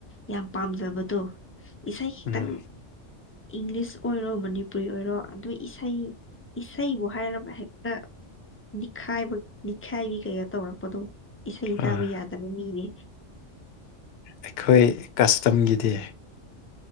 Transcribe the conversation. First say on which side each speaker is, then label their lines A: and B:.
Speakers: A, on the left; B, on the left.
A: ꯌꯥꯝ ꯄꯥꯝꯖꯕꯗꯣ ꯏꯁꯩ ꯈꯤꯇꯪ
B: ꯎꯝ
A: ꯏꯪꯂꯤꯁ ꯑꯣꯏꯔꯣ ꯃꯅꯤ ꯄꯨꯨꯔꯤ ꯑꯣꯏꯔꯣ ꯑꯗꯨ ꯏꯁꯩ ꯏꯁꯩꯕꯨ ꯍꯥꯏꯔꯕ ꯍꯦꯛꯇꯥ ꯅꯤꯛꯈꯥꯏꯕ ꯅꯤꯛꯈꯥꯏꯕꯤ ꯀꯌꯥ ꯇꯧꯔꯛꯄꯗꯣ ꯏꯁꯩ
B: ꯑꯥ
A: ꯇꯥꯕ ꯌꯥꯗꯕ ꯃꯤꯅꯦ
B: ꯑꯩꯈꯣꯏ ꯀꯁꯇꯝꯒꯤꯗꯤ